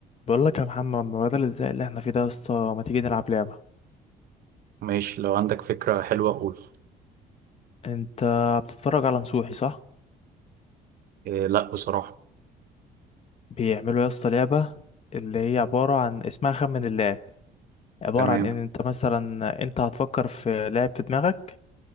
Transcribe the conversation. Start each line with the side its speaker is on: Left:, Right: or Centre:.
Left: بقول لك يا محمد ما بدل ازاي اللي احنا فيه ده يا اسطى ما تيجي نلعب لعبة
Right: ماشي لو عندك فكرة حلوة قول
Left: انت بتتفرج على نصوحي صح
Right: إيه لا بصراحة
Left: بيعملوا يا اسطى لعبة اللي هي عبارة عن اسمها خمن اللاعب عبارة
Right: تمام
Left: عن ان انت مثلا انت هتفكر في لاعب في دماغك